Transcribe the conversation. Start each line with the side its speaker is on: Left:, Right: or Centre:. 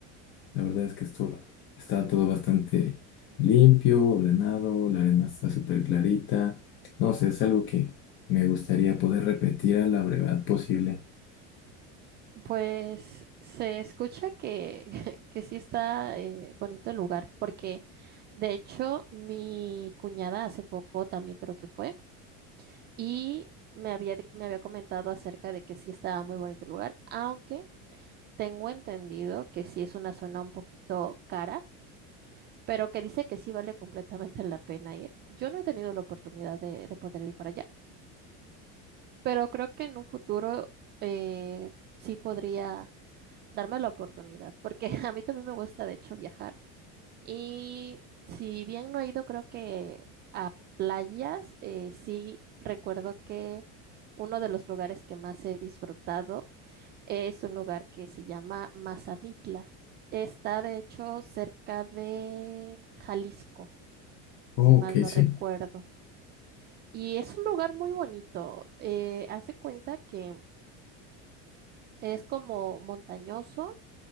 Left: la verdad es que esto está todo bastante limpio, ordenado, la arena está súper clarita. No sé, es algo que me gustaría poder repetir a la brevedad posible.
Right: Pues se escucha que, <laughs> que sí está eh, bonito el lugar, porque de hecho mi cuñada hace poco también creo que fue y me había, de- me había comentado acerca de que sí estaba muy bonito el lugar, aunque tengo entendido que sí es una zona un poquito cara, pero que dice que sí vale completamente la pena ir. Yo no he tenido la oportunidad de, de poder ir para allá, pero creo que en un futuro eh, sí podría. darme la oportunidad, porque <laughs> a mí también me gusta, de hecho, viajar. Y si bien no he ido, creo que a playas, eh, sí recuerdo que uno de los lugares que más he disfrutado es un lugar que se llama Mazamitla. Está, de hecho, cerca de Jalisco,
Left: Oh,
Right: si mal
Left: ok,
Right: no
Left: sí.
Right: recuerdo. Y es un lugar muy bonito. Eh, hace cuenta que es como montañoso,